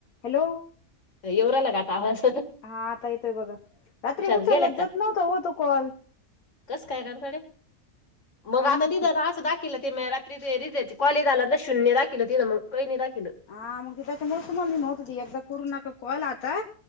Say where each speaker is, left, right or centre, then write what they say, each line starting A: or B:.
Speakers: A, on the left; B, on the left.
A: Hello
B: येऊ राहिला का आता आवाज
A: हा आता येतोय बघा रात्री
B: शाळेत
A: उचलल्यात
B: गेल्या
A: जात नव्हत होतो कॉल
B: कस काय घराकडे मग
A: काय
B: आता
A: माहिती
B: तिथं <unintelligible> दा तिला रात्री कॉल आला शून्य दाखवलं काही नाही दाखवलं
A: हा मग की त्याच्या <unintelligible> करू नका कॉल आता